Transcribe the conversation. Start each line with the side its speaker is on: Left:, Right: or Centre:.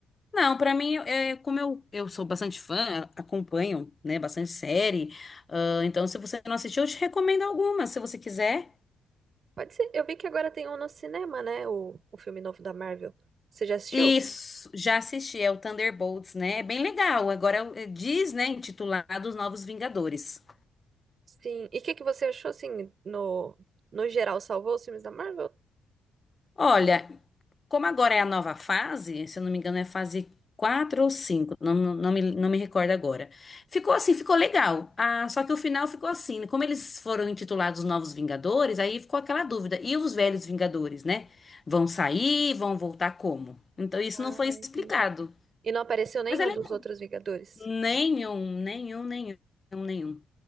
Left: Não, pra mim, é, como eu, eu sou bastante fã, acompanho, né, bastante série, ah, então se você não assistiu, eu te recomendo algumas, se você quiser.
Right: Pode ser. Eu vi que agora tem um no cinema, né? O, o filme novo da Marvel. Você já assistiu?
Left: Isso, já assisti, é o Thunderbolts, né? É bem legal. Agora é o- é, diz, né, intitulado Os Novos Vingadores.
Right: Sim. E o que que você achou, assim, no, no geral? Salvou os filmes da Marvel?
Left: Olha, Como agora é a nova fase, se eu não me engano, é fase 4 ou 5, não, não, não me, não me recordo agora. Ficou assim, ficou legal. Ah, só que o final ficou assim. né? Como eles foram intitulados Novos Vingadores, aí ficou aquela dúvida. E os velhos Vingadores, né? Vão sair, vão voltar como? Então isso
Right: Ah,
Left: não foi explicado.
Right: entendi. E não apareceu nenhum
Left: Mas é legal.
Right: dos outros Vingadores?
Left: Nenhum, nenhum, nenhum, nenhum.